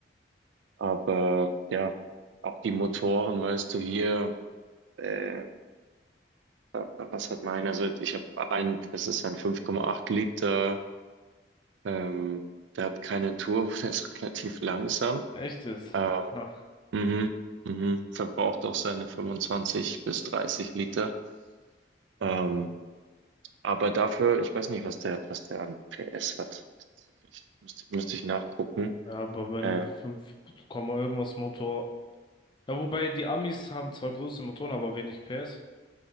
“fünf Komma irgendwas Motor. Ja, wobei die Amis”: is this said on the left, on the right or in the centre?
Left